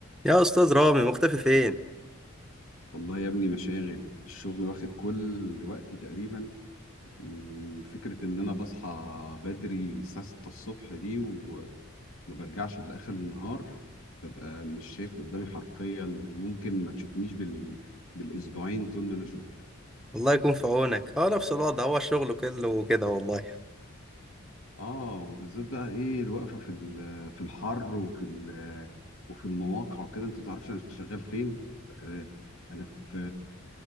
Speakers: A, in the centre; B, on the left (about 75°).
A: يا استاذ رامي مختفي فين
B: والله يا ابني مشاغل الشغل واخد كل وقتي تقريبا م- فكرة ان انا بصحى بدري الساعة 6 الصبح دي وما برجعش لآخر النهار ببقى مش شايف قدامي حرفيا ممكن ما تشوفنيش بال... بالاسبوعين طول ما انا شغل
A: الله يكون في عونك اه نفس الوضع هو الشغل كله وكده والله
B: اه وبالذات بقى ايه الوقفة في ال- في الحر وفي ال... وفي المواقع وكده انت متعرفش انا شغال فين آه، انا في